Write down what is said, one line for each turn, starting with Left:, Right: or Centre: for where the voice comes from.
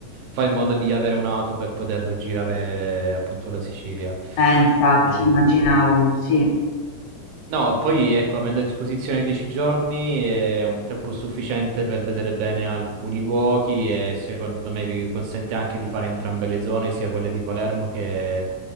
Right: fai in modo di avere un'auto per poter girare appunto la Sicilia.
Left: Eh, infatti,
Right: Ehm,
Left: immaginavo, sì.
Right: No, poi ecco, avendo a disposizione 10 giorni è un tempo sufficiente per vedere bene alcuni luoghi e secondo me vi consente anche di fare entrambe le zone, sia quelle di Palermo che,